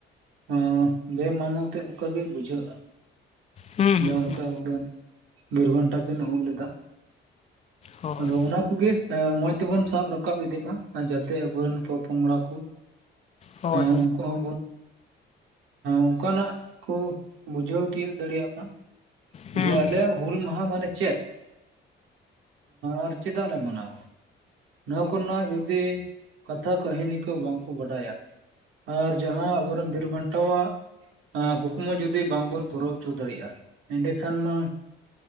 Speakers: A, on the right (about 85°); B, on the left (about 35°).
A: ᱮᱸ ᱵᱮ-ᱢᱟᱱᱚᱛᱮᱜ ᱞᱮᱠᱟᱜᱮ ᱵᱩᱡᱷᱟᱹᱜᱼᱟ᱾
B: ᱦᱩᱸ ᱦᱩᱸ
A: ᱡᱟᱦᱟᱸ ᱞᱮᱠᱟ
B: ᱦᱩᱸ
A: ᱟᱵᱚᱨᱮᱱ ᱵᱤᱨᱵᱟᱱᱴᱟ ᱠᱤᱱ ᱦᱩᱞ ᱞᱮᱫᱟ,
B: ᱦᱳᱭ
A: ᱟᱫᱚ ᱚᱱᱟ ᱠᱚ ᱜᱮ ᱢᱚᱸᱡᱽ ᱛᱮᱵᱚᱱ ᱥᱟᱵ ᱨᱟᱠᱟᱵ ᱠᱟᱵ ᱤᱫᱤ ᱢᱟ ᱡᱟᱛᱮ ᱟᱵᱚ ᱨᱮᱱ ᱯᱚ-ᱯᱚᱜᱲᱟ ᱠᱚ
B: ᱦᱳᱭ
A: ᱮᱸᱻ
B: ᱦᱳᱭ
A: ᱩᱱᱠᱩ ᱦᱚ ᱚᱱᱠᱟᱱᱟᱜ ᱠᱚ ᱵᱩᱡᱷᱟᱹᱣ ᱛᱤᱭᱟᱹᱜ ᱫᱟᱲᱮᱭᱟᱜ ᱢᱟ᱾
B: ᱦᱩᱸ
A: ᱡᱮ, ᱟᱞᱮᱭᱟᱜ ᱦᱩᱞ ᱢᱟᱦᱟ ᱢᱟᱱᱮ ᱪᱮᱫ? ᱟᱨ ᱪᱮᱫᱟᱜ ᱞᱮ ᱢᱟᱱᱟᱣᱟ? ᱱᱚᱣᱟ ᱠᱚᱨᱮᱱᱟᱜ ᱡᱩᱫᱤ ᱠᱟᱛᱷᱟ ᱠᱟᱹᱦᱤᱱᱤ ᱠᱚ ᱵᱟᱝᱠᱚ ᱵᱟᱰᱟᱭᱟ, ᱟᱨ ᱡᱟᱦᱟᱸ ᱟᱵᱚ ᱨᱮᱱ ᱵᱤᱨ ᱵᱟᱱᱴᱟᱣᱟᱜ ᱠᱩᱠᱢᱩ ᱡᱩᱫᱤ ᱵᱟᱝᱵᱚᱱ ᱯᱩᱨᱟᱹᱣ ᱪᱚ ᱫᱟᱲᱮᱭᱟᱜᱼᱟ ᱮᱸᱰᱮᱠᱷᱟᱱ ᱢᱟ